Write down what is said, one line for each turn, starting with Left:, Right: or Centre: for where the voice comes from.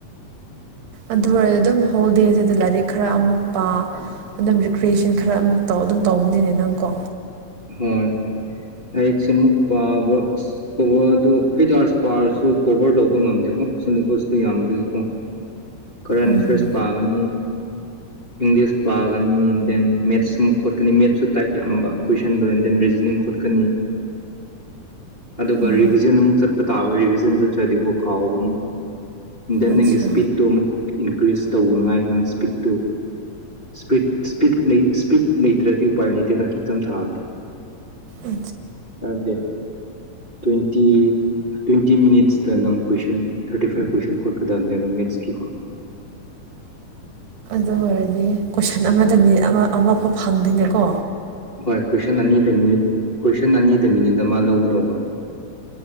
Right: ꯑꯗꯨ ꯑꯣꯏꯔꯗꯤ ꯑꯗꯨꯝ ꯍꯣꯜꯗꯦꯁ ꯍꯥꯏꯗ ꯂꯥꯏꯔꯤꯛ ꯈꯔ ꯑꯃꯨꯛ ꯄꯥ ꯑꯗꯨꯝ ꯔꯤꯀ꯭ꯔꯤꯌꯦꯁꯟ ꯈꯔ ꯑꯃꯨꯛ ꯇꯧ ꯑꯗꯨꯝ ꯇꯧꯕꯅꯤꯅꯦ ꯅꯪꯀꯣ
Left: ꯍꯣꯏ ꯂꯔꯤꯛꯁꯦ ꯑꯃꯨꯛ ꯄꯥꯕ ꯑꯁ ꯈꯨꯋꯥꯗꯣ ꯑꯩꯗꯣ ꯑꯥꯗ ꯄꯥꯔꯁꯨ ꯀꯣꯚꯔ ꯇꯧꯕ ꯉꯝꯗꯦꯀꯣ ꯁꯤꯂꯦꯕꯁꯇꯨ ꯌꯥꯝꯕꯒꯤꯀꯣ ꯈꯔꯅ
Right: ꯎꯝ
Left: ꯐ꯭ꯔꯦꯁ ꯄꯥꯒ ꯑꯅꯤ ꯏꯪꯂꯤꯁ ꯄꯥꯒꯅꯤꯟ ꯗꯦꯟ ꯃꯦꯠꯁ ꯑꯃꯨꯛ ꯈꯣꯠꯀꯅꯤ ꯃꯦꯠꯁꯁꯨ ꯇꯥꯏꯞ ꯌꯥꯝꯕ ꯀꯣꯏꯁꯟꯗꯣ ꯑꯦꯟ ꯗꯦꯟ ꯔꯤꯖꯅꯤꯡ ꯈꯣꯠꯀꯅꯤ ꯑꯗꯨꯒ
Right: ꯎꯝ
Left: ꯔꯤꯚꯤꯖꯟ ꯑꯃꯨꯛ ꯆꯠꯄ ꯇꯥꯕ ꯔꯤꯗꯟꯗꯣ ꯊꯥꯔꯇꯤꯐꯣꯔ ꯀꯥꯎꯕ ꯑꯃꯨꯛꯀ ꯗꯦꯟ
Right: ꯑꯠꯆꯥ
Left: ꯅꯪꯒꯤ ꯏꯁꯄꯤꯠꯇꯨ ꯑꯃꯨꯛ ꯏꯟꯀ꯭ꯔꯤꯖ ꯇꯧꯅꯤꯉꯥꯏ ꯅꯪ ꯏꯁꯄꯤꯠꯇꯨ ꯁ ꯄꯤꯠ ꯁ꯭ꯄꯤꯠ ꯂꯩ ꯁ꯭ꯄꯤꯠ ꯂꯩꯇ꯭ꯔꯗꯤ ꯎꯄꯥꯏ ꯂꯩꯗꯅ ꯑꯦꯛꯖꯥꯝ ꯊꯥꯕꯗꯤ
Right: ꯑꯠꯆꯥ
Left: ꯍꯥꯏꯗꯤ ꯇ꯭ꯋꯦꯟꯇꯤ ꯇ꯭ꯋ ꯐꯤꯐꯇꯤꯟ ꯃꯤꯅꯤꯠꯁꯇ ꯅꯪ ꯀꯣꯏꯁꯟ ꯊꯥꯔꯇꯤ ꯐꯥꯏꯚ ꯀꯣꯏꯁꯟ ꯈꯣꯠꯀꯗꯕꯅꯦꯕ ꯃꯦꯠꯁꯀꯤꯀꯣ <inaudible>
Right: ꯑꯗꯨ ꯑꯣꯏꯔꯗꯤ ꯀꯣꯏꯁꯟ ꯑꯃꯗ ꯃꯤꯅꯤꯠ ꯑꯃ ꯑꯃꯐꯥꯎ ꯐꯪꯗꯦꯅꯦꯀꯣ
Left: ꯍꯣꯏ ꯀꯣꯏꯁꯟ ꯑꯅꯤꯗ ꯃꯤꯅꯤꯠ ꯀꯣꯏꯁꯟ ꯑꯅꯤꯗ ꯃꯤꯅꯤꯠ ꯑꯃ ꯂꯧꯒꯗꯧꯕ